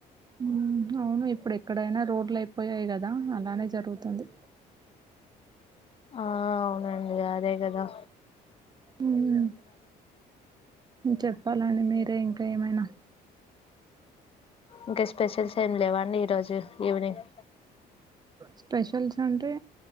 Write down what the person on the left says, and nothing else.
ఆ అవునండి అదే గదా
ఇంక స్పెషల్స్ ఏం లేవా అండి ఈరోజు ఈవినింగ్